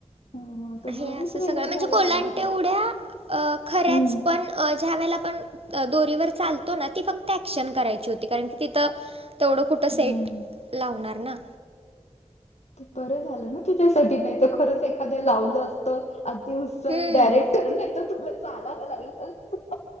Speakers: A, on the left; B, on the right.
A: अ, तर
B: हे
A: भारीच
B: असं सगळं
A: मेहनत
B: म्हणजे
A: घ्यावी
B: कोलांटे
A: लागली तुला.
B: उड्या अ खऱ्याच
A: हं,
B: पण ज्या वेळेला आपण दोरीवर चालतो ना ती फक्त ऍक्शन करायची होती कारण की तिथं तेवढं कुठं
A: हं.
B: सेट लावणार ना
A: ते बरं झालं ना तुझ्यासाठी नाही तर खरंच एखाद्या लावलं असतं अती उत्साही
B: हम्म
A: डायरेक्टर नाहीतर तुला चालावं लागलं असत.